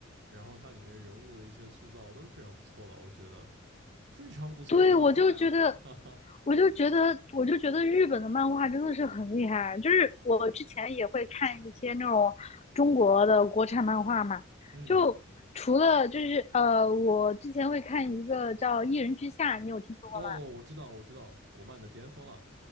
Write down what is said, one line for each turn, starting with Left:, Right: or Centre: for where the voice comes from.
Right: 然后它里面人物的一些塑造都是非常不错的，我觉得非常不错的漫画呀，
Left: 对，我就觉得
Right: <laughs> 哈哈，
Left: 我就觉得，我就觉得日本的漫画真的是很厉害啊。就是我之前也会看一些那种中国的国产漫画嘛，
Right: 嗯。
Left: 就除了就是呃，我之前会看一个叫《一人之下》，你有听说过吗？
Right: 哦，我知道，我知道，国漫的巅峰了。